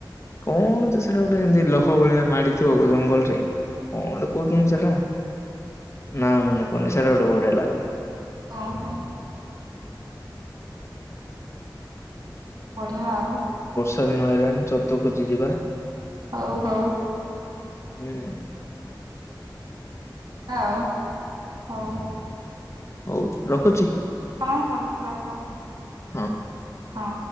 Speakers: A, on the left (about 35°); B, on the right (about 60°).
A: କଣ ଯେ ସେଟା ଗୋଟେ ଏମତି ଲହ ଭଳିଆ ମାଡିଥିବ ଜଙ୍ଗଲରେ କଣ ଗୋଟେ କହୁଛନ୍ତି ସେଟା? ନାଁ ମନେ ପଡ଼ୁନି ସେଟା ଗୋଟେ ବଢଆ ଲାଗିବ।
B: ଅମ୍ ହୋ। ବଢିଆ ଆଉ।
A: ଏବେ ନୂଆ ଆଇଲାଣି ଛତୁ ଖୋଜି ଯିବା।
B: ହଉ ହଉ।
A: ହୁଁ।
B: ହଁ। ହଉ
A: ହଉ ରଖୁଛି
B: ହଁ ହଁ ହଁ ହଁ।
A: ହଁ।
B: ହଁ।